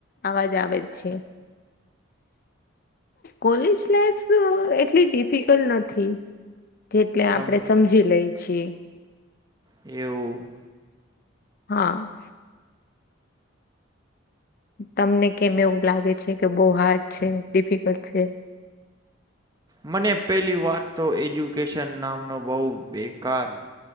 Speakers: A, on the left; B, on the right.
A: અવાજ આવે જ છે. કોલેજ લાઈફ એટલી ડિફિકલ્ટ નથી જેટલે
B: કમ
A: આપડે સ સમજી લઈ છી.
B: એવું
A: હા તમને કેમ એવું લાગે છે કે બહુ હાર્ડ છે? ડિફિકલ્ટ છે?
B: મને પેલી વાત તો એજ્યુકેશન નામનો બહુ બેકાર